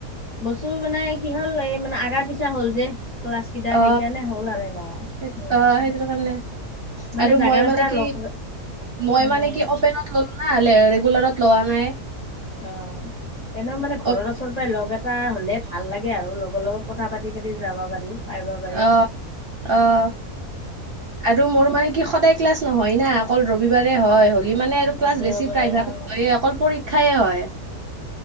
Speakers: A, on the left (about 30°); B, on the right (about 45°).
A: তোৰ মানে কি হ'ল এই মানে আগা পিছা হ'ল যে? ক্লাছ কেইটা
B: অ
A: সেইকাৰ নে হ'ল আৰু না উম।
B: সেই অ সেইটো কাৰণে
A: মানে
B: আৰু
A: জাগাৰ
B: মই মানে
A: পৰা
B: কি
A: লগ
B: মই
A: উম,
B: মানে কি অপেনত ল'লো না ৰেগুলাৰত ল'ৱা নাই।
A: অ', এনে মানে ঘৰৰ
B: অ
A: ওচৰ পৰাই লগ এটা হ'লে ভাল লাগে আৰু, লগৰ লগত কথা পাতি পাতি যাব পাৰি। পাৰিব পাৰি
B: অ', অ', আৰু মোৰ মানে কি সদায় ক্লাছ নহয় না অকল ৰবিবাৰে হয়, হ'লি মানে আৰু ক্লাছ
A: দেওবাৰে
B: বেছি প্ৰায়ভাগ
A: অ
B: হয়ে অকল পৰীক্ষাই হয়।